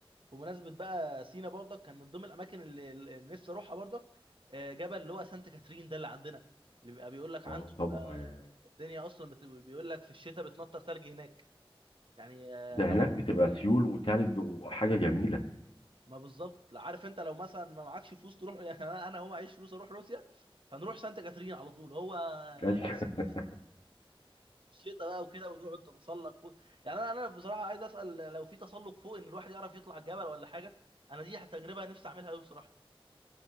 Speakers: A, on the right; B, on the left.
A: بمناسبه بقى سينا برضك كان من ضمن الاماكن اللي اللي نفسي اروحها برضك آه، جبل اللي هو سانت كاترين ده اللي عندنا اللي بيبقى بيقول لك عنده
B: اه
A: بيبقى
B: طبعا آه،
A: الدنيا اصلا بت... بيقول لك في الشتاء بتنطر ثلج هناك يعني آه،
B: ده
A: لو
B: هناك
A: هن-
B: بتبقى سيول وتلج وحاجة جميلة
A: ما بالظبط لا عارف انت لو مثلا ما معكش فلوس تروح يعني انا انا هو معيش فلوس اروح روسيا فنروح سانت كاترين على طول هو
B: لا <laughs>
A: نفس الكلام الشتاء بقى وكده ونقعد نتسلق فوق يعني انا انا بصراحه عايز اسال لو في تسلق فوق ان الواحد يعرف يطلع الجبل ولا حاجه انا دي تجربه نفسي اعملها قوي بصراحه